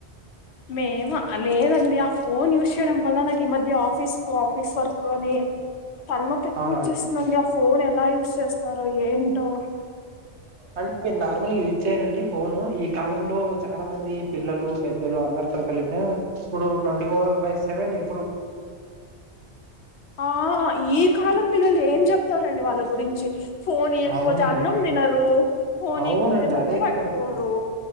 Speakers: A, on the left (about 70°); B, on the right (about 75°).
A: మేము లేదండి ఆ ఫోన్ యూజ్ చేయడం వల్ల నాకి ఈ మధ్య ఆఫీస్ ఆఫీస్ వర్క్ అని తలనొప్ప ఎక్కువ
B: అవునవునండి
A: వచ్చేస్తుందండి ఆ ఫోన్ ఎలా యుస్ స్ చేస్తారో ఏంటో
B: అంటే మీరు నార్మల్గా యూజ్ చేయ్యారండి ఫోను ఈ కాలంలో చాలా మంది పిల్లలు పెద్దలు అందరితో కనుక ఇప్పుడు ట్వంటీ ఫోర్ బై సెవెన్ ఇ
A: ఆ ఈ కాలం పిల్లలి ఏం చెప్తా రండి వాళ్ళ గురించి ఫోన్ ఇయ్యకపోతే
B: అవునండి
A: అన్నం తినరు ఫోన్
B: అవునండి
A: ఇయ్యకపోతే బుక్
B: అదైతే
A: పట్టుకోరు
B: కరెక్ట్ అండి